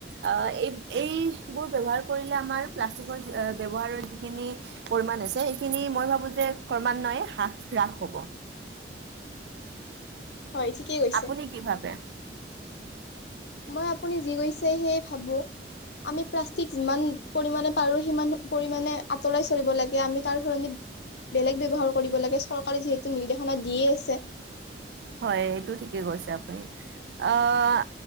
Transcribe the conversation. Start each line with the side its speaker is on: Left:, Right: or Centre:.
Right: আ এই এইবোৰ ব্যৱহাৰ কৰিলে আমাৰ প্লাষ্টিকৰ যি ব্যৱহাৰৰ যিখিনি পৰিমাণ আছে সেইখিনি মই ভাবোঁ যে ক্ৰমান্বয়ে হ্ৰাস, হ্ৰাস হ'ব। <inaudible>
Left: হয় ঠিকেই কৈছে।
Right: আপুনি কি ভাবে?
Left: মই আপুনি যি কৈছে, সেয়ে ভাবোঁ। আমি প্লাষ্টিক যিমান পৰিমানে পাৰোঁ সিমান পৰিমানে আঁতৰাই চলিব লাগে। আমি তাৰ সলনি বেলেগ ব্যৱহাৰ কৰিব লাগে, চৰকাৰে যিহেতু নিৰ্দেশনা দিয়েই আছে।
Right: হয় এইটো ঠিকেই কৈছে আপুনি। আহ,